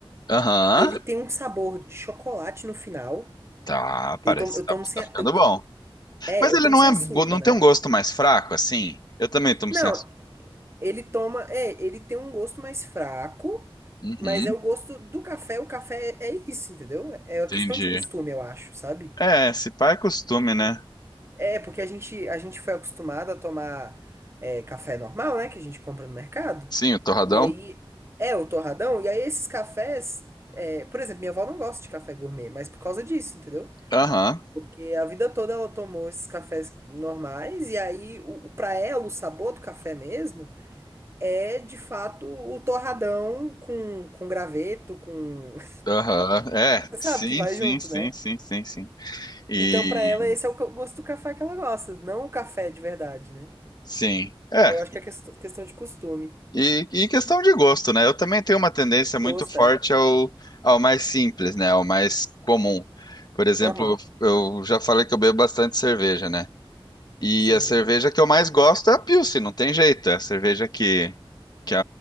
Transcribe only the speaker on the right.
Ele tem um sabor de chocolate no final.
Eu tomo, eu
tomo
sem.
a- Eu to,
é,
eu
tomo
sem
açúcar,
né?
Não,
Ele toma, é, ele tem um gosto mais fraco,
mas é o gosto do café. O café é, é isso, entendeu? É uma questão
de costume, eu acho, sabe?
É, porque a gente, a gente foi acostumado a tomar é, café normal, né? Que a gente compra no mercado.
E aí, é o torradão. E aí, esses cafés, é, por exemplo, minha avó não gosta de café gourmet, mas por causa disso, entendeu?
Porque a vida toda ela tomou esses cafés normais, e aí, o, o- pra ela, o sabor do café mesmo. é de fato o torradão com, com graveto, com. <laughs>
Você
sabe que vai
junto,
né?
Então, pra ela, esse é o co- gosto do café que ela gosta, não o café de verdade, né?
Eu acho que é quest- questão de costume.
De
gosto,
é.
Aham.
Sim.